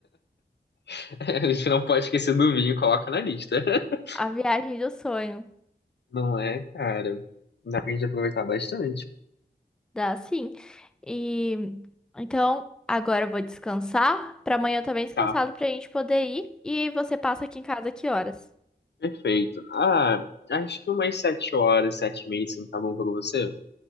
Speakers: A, on the left; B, in the centre.
A: <laughs> a gente não pode esquecer do vinho, coloca na lista. <laughs>
B: a viagem do sonho,
A: Não é, cara? Dá pra gente aproveitar bastante.
B: dá sim. E então, agora eu vou descansar, pra amanhã eu tô bem descansado
A: Tá,
B: pra gente poder ir, e você passa aqui em casa que horas?
A: perfeito. Ah, acho que umas sete horas, sete e meia, assim, tá bom pra você?